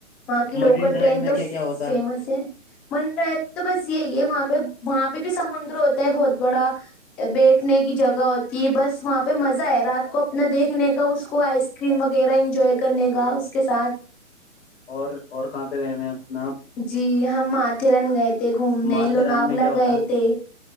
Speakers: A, in the centre; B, on the left (about 45°).
A: باںق
B: مرٹین
A: لوکل
B: ڈرائیو
A: ٹرین
B: میں
A: تو
B: کیا کیا ہوتا
A: فیمس ہے منرائی میں تو بس یہی ہے وہاں پہ وہاں پہ بھی سمندر ہوتا ہے بہت بڑا بیٹھنے کی جگہ ہوتی جی بس وہاں پہ مزہ ہے رات کو اپنا دیکھنے کا اس کو آئس کریم وغیرہ انجوائے کرنے کا اس کے ساتھ
B: اور اور کہاں پہ رہے ہیں آپ میں
A: جی ہم ماتےرن گئے تھ تھ گھومنے
B: ماتھیران
A: لوناولا
B: میں کیا ہوتا
A: گئے
B: ہے
A: تھے